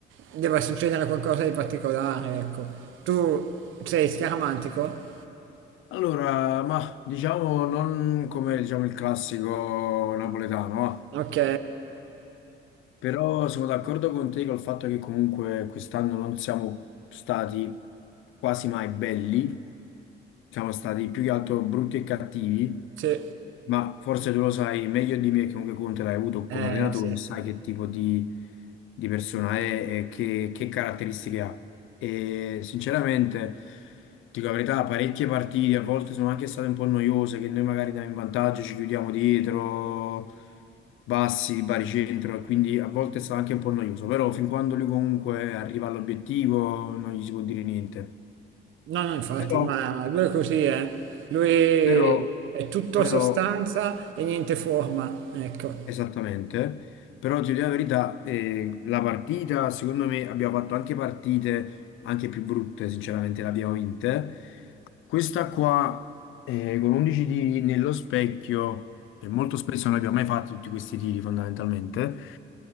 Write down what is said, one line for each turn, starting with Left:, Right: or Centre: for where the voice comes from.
Right: debba succedere qualcosa di particolare, ecco. Tu sei scaramantico?
Left: Allora, ma diciamo non come diciamo, il classico napoletano, va.
Right: Ok,
Left: Però sono d'accordo con te col fatto che comunque quest'anno non siamo stati quasi mai belli, siamo stati più che altro brutti e cattivi
Right: sì,
Left: ma forse tu lo sai meglio di me, che comunque Conte l'hai avuto
Right: eh,
Left: come allenatore,
Right: sì.
Left: sai che tipo di, di persona è e che, che caratteristiche ha. E sinceramente, dico la verità, parecchie partite a volte sono anche state un po' noiose, che noi magari andiamo in vantaggio, ci chiudiamo dietro, bassi, baricentro, e quindi a volte è stato anche un po' noioso, però fin quando lui comunque arriva all'obiettivo non gli si può dire niente.
Right: No, no, infatti,
Left: Però,
Right: ma lui è così, eh. Lui
Left: però,
Right: è tutto
Left: però
Right: sostanza e niente forma, ecco.
Left: Esattamente, però ti dico la verità, eh, la partita, secondo me, abbiamo fatto anche partite anche più brutte, sinceramente, le abbiamo vinte. Questa qua, eh, con 11 tiri nello specchio, e molto spesso non abbiamo mai fatto tutti questi tiri fondamentalmente,